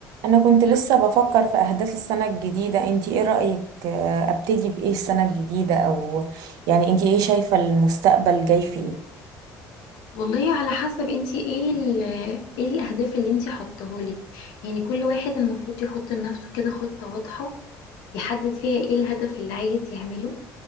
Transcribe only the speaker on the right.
انا كنت لسه بفكر في اهداف السنة الجديدة انتي ايه رأيك آه، ابتدي بايه السنة الجديدة او يعني انتي ايه شايفة المستقبل جاي في ايه